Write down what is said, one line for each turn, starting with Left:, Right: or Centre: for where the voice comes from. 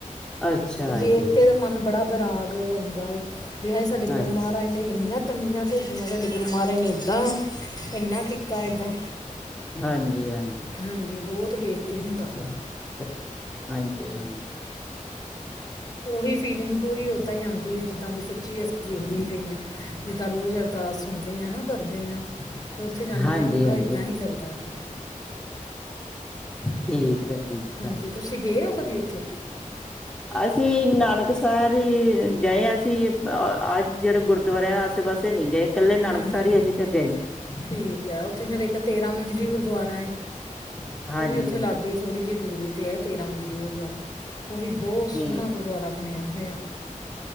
Centre: ਅੱਛਾ
Left: ਵੇਖ
Centre: ਜੀ
Left: ਕੇ ਤਾਂ ਮਨ ਬੜਾ ਬਰਾਗ ਆਉਂਦਾ ਏ, ਵੀ ਆ ਜੇ ਸਾਡੇ ਗੁਰੂ
Centre: ਅੱਛਾ
Left: ਮਹਾਰਾਜ ਨੇ ਇੰਨੀਆਂ ਤੰਗੀਆਂ ਭੇਜੀਆਂ ਸਾਡੇ ਗੁਰੂ ਮਹਾਰਾਜ ਨੇ ਏਦਾਂ, ਇੰਨਾ ਕੀਤਾ ਏਦਾਂ
Centre: ਹਾਂਜੀ ਹਾਂਜੀ।
Left: ਹਾਂਜੀ ਬਹੁਤ ਵੇਖ ਕੇ ਹੁੰਦਾ
Centre: <unintelligible> ਹਾਂਜੀ ਹਾਂਜੀ।
Left: ਉਹੀ ਫੀਲਿੰਗ ਪੂਰੀ ਓਦਾਂ ਹੀ ਆਉਂਦੀ ਐ, ਜਿੱਦਾਂ ਵੀ ਸੱਚੀ ਅਸੀਂ ਦੇਖਦੇ ਹੀ ਪਏ ਆਂ। ਜਿੱਦਾਂ ਰੋਜ਼ ਅਰਦਾਸ ਸੁਣਦੇ ਆਂ ਨਾਂ। ਕਰਦੇ ਆਂ। ਮੈਂ ਉੱਥੇ ਜਾਂਣੇ
Centre: ਹਾਂਜੀ
Left: ਆਂ, ਪੂਰਾ
Centre: ਹਾਂਜੀ
Left: ਇੱਦਾਂ ਹੀ ਲੱਗਦਾ ਫਿਰ
Centre: ਠੀਕ ਐ, ਠੀਕ
Left: ਹਾਂਜੀ
Centre: ਐ।
Left: ਤੁਸੀਂ ਗਏ ਹੋ ਕਦੀ ਉੱਥੇ
Centre: ਅਸੀਂ ਨਾਨਕ ਸਾਰ ਗਏ ਆਂ, ਅਸੀਂ ਅੱਜ ਜਿਹੜੇ ਗੁਰ ਦੁਆਰਿਆਂ ਆਸੇ-ਪਾਸੇ ਨੀਂ ਗਏ, ਇਕੱਲੇ ਨਾਨਕ
Left: ਹਾਂਜੀ
Centre: ਸਾਰੇ ਹੀ ਅਸੀਂ ਤੇ ਗਏ।
Left: ਠੀਕ ਐ, ਉੱਥੇ ਫੇਰ ਇੱਕ ਤੇਰਾਂ ਮੰਜਲੀ ਗੁਰਦੁਆਰਾ ਏ,
Centre: ਹਾਂਜੀ
Left: ਉਹ ਵੀ ਉੱਥੇ ਲਾਗੇ ਥੋੜ੍ਹੀ ਜਿਹੀ ਦੂਰੀ ਤੇ ਏ, ਤੇਰਾਂ ਮੰਜਲੀ ਗੁਰਦੁਆਰਾ ਉਹ ਵੀ ਬਹੁਤ ਸੋਹਣਾ
Centre: ਠੀਕ
Left: ਗੁਰਦੁਆਰਾ। ਹਂ, ਹਂ।